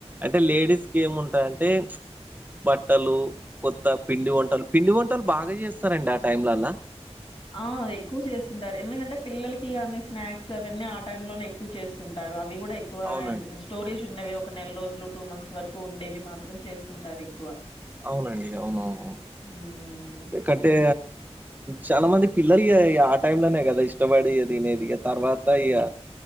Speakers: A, on the right; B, on the left.
A: అంటే లేడీస్ కి ఏముంటది ఏముంటది అంటే బట్టలు కొత్త పిండి వంటలు పిండి వంటలు బాగా చేస్తారండి ఆ టైంలల్లా
B: ఆ ఎక్కువ చేస్తుంటారు ఎందుకంటే పిల్లలకి కానీ స్నాక్స్ అవన్నీ ఆ టైమ్ లోనే ఎక్కువ చేస్తుంటారు అవి కూడా ఎక్కువ
A: అవునండి.
B: స్టోరేజ్ ఉన్నవి ఒక నెల రోజులు టూ మంత్స్ వరకు ఉండేవి మాత్రం చేస్తుంటారు ఎక్కువ
A: అవునండి అవునవును
B: హ్మ్.
A: కట్టే చాలా మంది పిల్లలు ఆ టైమ్ లోనే కదా ఇష్టపడి తినది ఇక తర్వాత ఇ